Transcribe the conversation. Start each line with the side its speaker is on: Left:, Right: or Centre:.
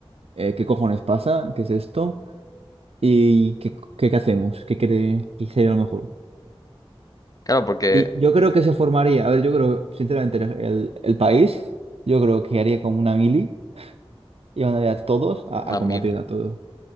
Right: eh, qué cojones pasa, qué es esto y qué, qué, qué hacemos, qué cree que sería lo mejor.
Left: Claro, porque
Right: Y yo creo que se formaría, a ver, yo creo, sinceramente, el, el país, yo creo que haría como una mili y mandaría a todos a,
Left: a
Right: a combatir
Left: mí,
Right: a todos.